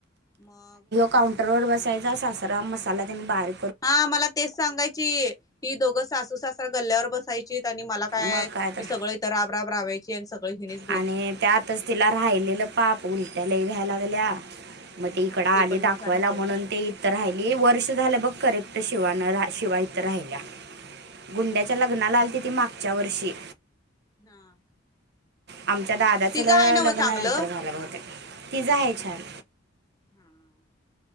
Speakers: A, on the left; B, on the right.
A: मग
B: काउंटरवरर बसायचा सासरा मसाला त्यांनी बाहेर
A: हा मला तेच सांगायची की दोघं सासू सासरा गल्ल्यावर बसायची आणि मला काय
B: मग तर
A: मी सगळे इथ राब राब रावायची आणि सगळ हिनेच...
B: आणि त्यातच तिला राहिलेलं.... पाप उलट्यालय व्हायला लागल्या मग ते
A: हा
B: इकड आले
A: पण
B: दाखवायला
A: सांगितले
B: म्हणून ते.... राहिली वर्ष झालं बघ करेक्ट शिवान शिवा इथं राहिल्या
A: हम्म.
B: गुंड्या... च्या लग्नाला आली त ती मागच्या वर्षी...
A: हा
B: आमच्या दादाचं
A: तिचं
B: ल
A: आहे नव्ह
B: लग्नानंतर
A: चांगलं?
B: झालेलं होते तिझं आहे छान...
A: हम्म...